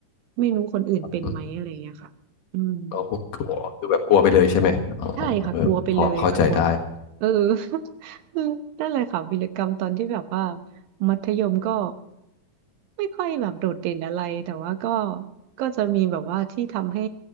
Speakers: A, on the right (about 85°); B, on the left (about 70°).
A: ไม่รู้คนอื่นเป็นไหมอะไรเงี้ยค่ะอืม
B: อืมเรากลัวคือแบบกลัวไปเลยใช่ไหมอ๋อเออพอเข้าใจได้
A: ใช่ค่ะกลัวไปเลยค่ะกลัวเออ <laughs> นั่นเลยค่ะวีรกรรมตอนที่แบบว่ามัธยมก็ไม่ค่อยแบบโดดเด่นอะไรแต่ว่าก็ก็จะมีแบบว่าที่ทำให้